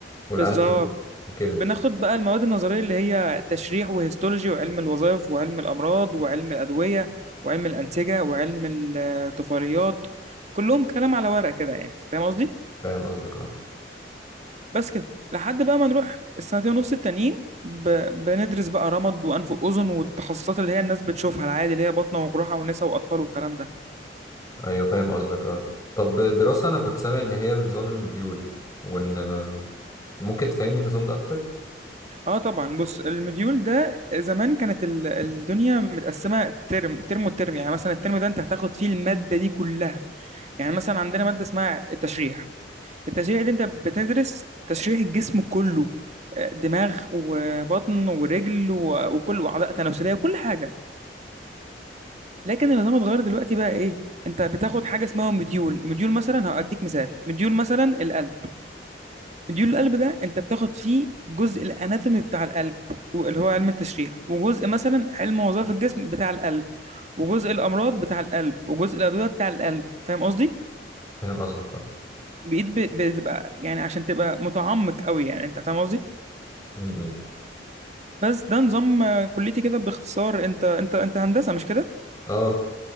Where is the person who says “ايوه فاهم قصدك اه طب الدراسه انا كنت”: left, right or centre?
Left